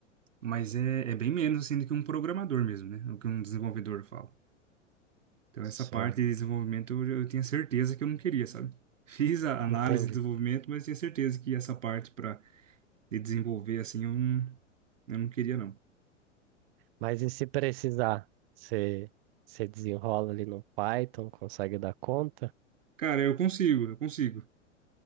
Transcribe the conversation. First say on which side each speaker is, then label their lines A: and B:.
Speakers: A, on the right (about 85°); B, on the right (about 50°).
A: Mas é, é bem menos assim do que um programador mesmo, né? O que um desenvolvedor fala. Então,
B: Certo.
A: essa parte de desenvolvimento eu, eu tinha certeza que eu não queria, sabe? <laughs> Fiz a análise
B: Entendi.
A: de desenvolvimento, mas tinha certeza que essa parte para de desenvolver assim eu não, eu não queria, não.
B: Mas e se precisar, você você desenrola ali no Python, consegue dar conta?
A: Cara, eu consigo, eu consigo.